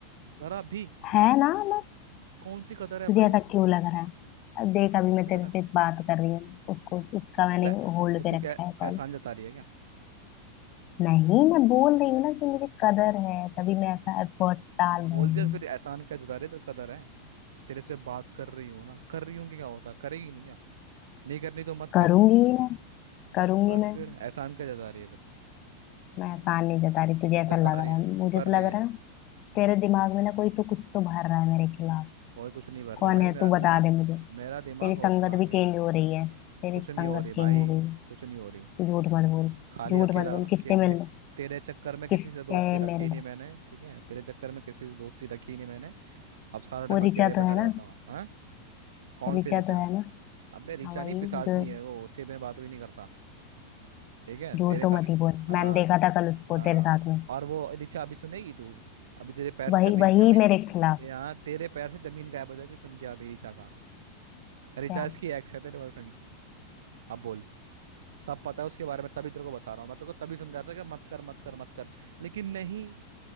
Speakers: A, on the right; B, on the left.
A: जरा भी
B: है ना ना
A: कौन सी कदर है
B: तुझे
A: भाई
B: ऐसा क्यों लग रहा है अब देख अभी
A: कौन
B: मैं
A: सी
B: तेरे
A: कदर है
B: से बात कर रही हूँ उसको उसका मैंने
A: तू ऐ-
B: होल्ड पे
A: तू
B: रखा
A: क्या एहसान
B: है कॉल
A: जता रही है क्या
B: नहीं मैं बोल रही हूँ ना कि मुझे कदर है तभी मैं ऐसा एफर्ट डाल रही
A: बोल
B: हूँ
A: के फिर एहसान क्या जता रही है तेरे कदर है तेरे से बात कर रही हूँ ना कर रही हूँ कि क्या होता है करेगी नहीं क्या नहीं करनी तो मत
B: करूंगी
A: कर
B: ही मैं करूंगी
A: पर
B: मैं
A: फिर एहसान क्या जता रही है फिर
B: मैं आसान नहीं जता रही तुझे ऐसा
A: जता
B: लग
A: रही
B: रहा
A: है
B: है मुझे
A: तू कर
B: तो
A: रही
B: लग
A: है
B: रहा है ना तेरे दिमाग में ना कोई तो कुछ तो भर रहा है मेरे खिलाफ
A: कोई कुछ नहीं भर रहा
B: कौन
A: भाई
B: है
A: मेरा
B: तू
A: मैं
B: बता दे मुझे
A: मेरा दिमाग
B: तेरी
A: होश
B: संगत
A: में आ
B: भी
A: गया
B: चेंज
A: है
B: हो रही है तेरी
A: कुछ
B: संगत
A: नहीं हो रही
B: चेंज
A: भाई
B: हो गई है
A: कुछ नहीं हो रही
B: तू झूठ मत बोल
A: खाली
B: झूठ
A: अकेला
B: मत बोल किससे
A: खेलते
B: मिल रहा
A: तेरे चक्कर में किसी
B: किससे
A: से दोस्ती रखी
B: मिल
A: ही नहीं
B: रहा
A: मैंने ठीक है तेरे चक्कर में किसी से दोस्ती रखी ही नहीं मैंने अब सारा टाइम
B: वो
A: अकेले
B: ऋचा
A: बैठा
B: तो है
A: रहता
B: ना
A: हूँ हाँ कौन सी
B: ऋचा
A: ऋचा
B: तो है ना
A: अबे ऋचा
B: हाँ वही
A: नहीं पिशाचनी
B: जो
A: है वो उसके मैं बात भी नहीं करता ठीक है
B: झूठ
A: तेरे
B: तो
A: बारे
B: मत ही बोल
A: हाँ
B: मैंने देखा था कल उसको
A: हाँ
B: तेरे साथ में
A: और वो ऋचा अभी सुनेगी तू अभी तेरे पैर से
B: वही
A: जमीन
B: वही
A: जमीन
B: मेरे खिलाफ
A: यहाँ तेरे पैर से जमीन गायब हो जाएगी सुन के अभी ऋचा का ऋचा
B: क्या
A: इसकी एक्स है तेरे बॉयफ्रेंड की अब बोल सब पता है उसके बारे में तभी तेरे को बता रहा हूँ मैं तेरे को तभी समझा रहा था कि मत कर मत कर मत कर लेकिन नहीं